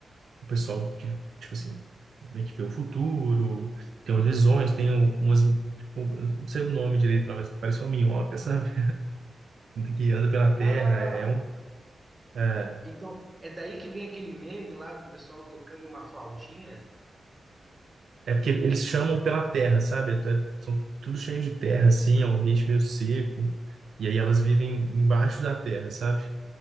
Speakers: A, on the right (about 70°); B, on the right (about 20°).
A: o pessoal que, tipo assim, meio que vê o futuro, tem umas visões, tem um- umas, tipo, eu não sei o nome direito lá, mas parece uma minhoca, <laughs> sabe? Que anda pela terra,
B: Ah,
A: é um, é,
B: Então, é daí que vem aquele meme lá do pessoal tocando uma flautinha.
A: é porque eles chamam pela terra, sabe? Até- São tudo cheio de terra, assim, é um ambiente meio seco, e aí elas vivem embaixo da terra, sabe?